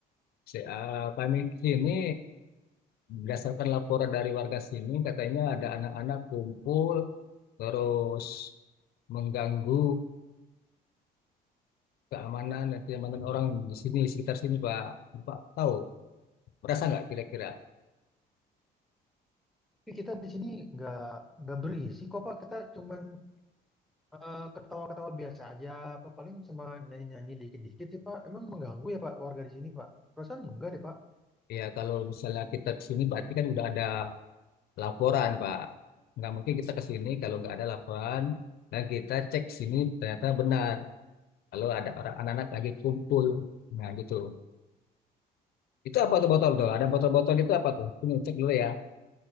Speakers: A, on the left (about 65°); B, in the centre.
A: Se- eh, kami sini berdasarkan laporan dari warga sini katanya ada anak-anak kumpul terus mengganggu keamanan dan kenyamanan orang di sini sekitar sini, Pak. Bapak tahu? Merasa nggak kira-kira?
B: Tapi kita di sini nggak nggak berisi kok Pak, kita cuman eh, ketawa-ketawa biasa aja Pak paling sama nyanyi-nyanyi dikit-dikit sih Pak. Emang mengganggu ya Pak warga di sini Pak? Perasaan enggak deh Pak.
A: Ya kalau misalnya kita ke sini berarti kan udah ada laporan, Pak. Nggak mungkin kita ke sini kalau nggak ada laporan dan kita cek sini ternyata benar. Kalau ada orang anak-anak lagi kumpul, nah gitu. Itu apa tuh botol tuh? Ada botol-botol itu apa tuh? Ini cek dulu ya.